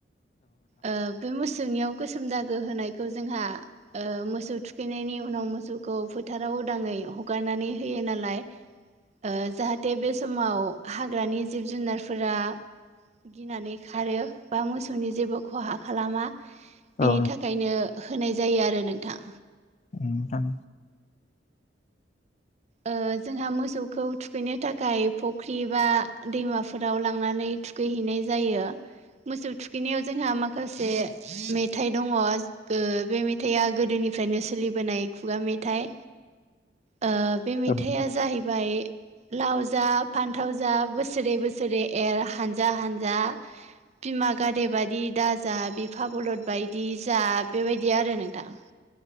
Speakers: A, on the right; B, on the left.
A: ओ बे मोस सौनिआव गोसोम दागो होनायखौ जोंहा ओ मोसौ थुखैनायनि उनाव मोसौखौ फोथाराव उदाङै हगारनानै होयो नालाय ओ जाहाथे बे समाव हाग्रानि जिब जुनारफोरा गिनानै खारो बा मोसौनि जेबो खहा खालामा बिनि
B: औ
A: थाखायनो होनाय जायो आरो नोंथां
B: नोंथां
A: ओ जोंहा मोसौखौ थुखैनो थाखाय फुख्रि बा दैमाफोराव लांनानै थुखैहैनाय जायो मोसौ थुखैनायाव जोंहा माखा खासे मेथाइ दङ ओ बे मेथाइआ गोदोनिफ्रायनो सोलिबोनाय खुगा मे थाइ ओ बे
B: नोंथां औ
A: मेथाइआ
B: नोंथां
A: जाहैबाय लाव जा फान्थाव जा बोसोरै बोसोरै एर हानजा हानजा बिमा गाइदे बायदि दाजा बिफा बलद बायदि जा बेबायदि आरो नोंथां <inaudible>